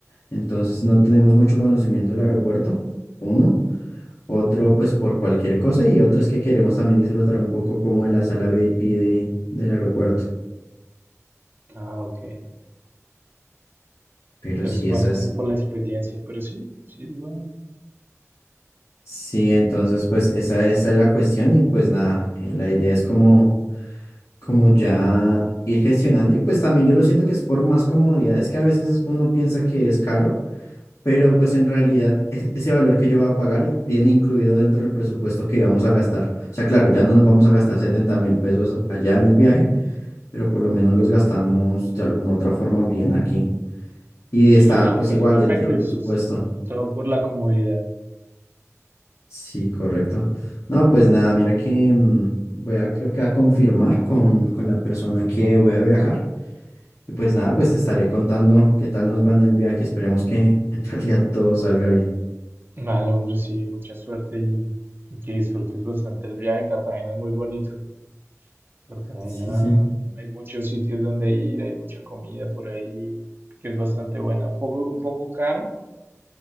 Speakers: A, on the left (about 75°); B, on the right (about 40°).
A: Entonces no tenemos mucho conocimiento del aeropuerto, uno. Otro, pues por cualquier cosa. Y otro es que queremos también disfrutar un poco como de la sala VIP de, del aeropuerto.
B: Ah, ok.
A: Pero
B: Entonces,
A: sí,
B: más
A: esa
B: como
A: es.
B: por la experiencia, pero sí, sí, es bueno.
A: Sí, entonces pues esa, esa es la cuestión y pues nada, eh, la idea es como, como ya ir gestionando y pues también yo lo siento que es por más comodidad, es que a veces uno piensa que es caro pero pues en realidad es- ese valor que yo voy a pagar viene incluido dentro del presupuesto que íbamos a gastar. O sea, claro, ya no nos vamos a gastar setenta mil pesos allá en el viaje, pero por lo menos los gastamos de alguna otra forma bien aquí. Y está
B: Sí,
A: pues
B: no,
A: igual
B: es perfecto,
A: dentro del
B: y
A: presupuesto.
B: sí, es todo por la comodidad.
A: Sí, correcto. No, pues nada, mira que mm, voy a, creo que a confirmar con, con la persona que voy a viajar. Y pues nada, pues te estaré contando qué tal nos va en el viaje. Esperemos que en realidad todo salga bien.
B: Vale, hombre, sí, mucha suerte y, y que disfrutes bastante el viaje. Cartagena es muy bonito. Cartagena,
A: Sí, sí.
B: hay muchos sitios donde ir, hay mucha comida por ahí que es bastante buena. Un poco, un poco caro,